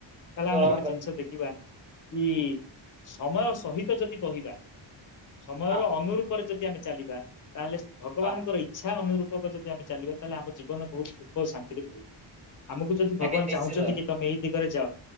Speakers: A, on the left; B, on the right.
A: ତାହେଲେ
B: ତୁଳନା
A: ଆମେ ଗୋଟେ
B: କରି
A: ଜିନିଷ ଦେଖିବା କି ସମୟ ସହିତ ଯଦି ବହିବା ସମୟର
B: ହଁ
A: ଅନୁରୂପରେ ଯଦି ଆମେ ଚାଲିବା। ତାହେଲେ ଭଗାନଙ୍କ
B: ହଁ
A: ଇଚ୍ଛା ଅନୁରୂପକ ଯଦି ଆମେ ଚାଲିବା ତାହେଲେ ଆମ ଜୀବନ ବହୁତ ଖରେ ଶାନ୍ତିରେ ଭରି ଆମକୁ ଯଦି
B: ଆଜ୍ଞା
A: ଭଗବାନ
B: ନିଶ୍ଚିତ
A: ଚାହୁଁଛନ୍ତି କି ତମେ ଏଇ ଦିଗରେ ଯାଅ।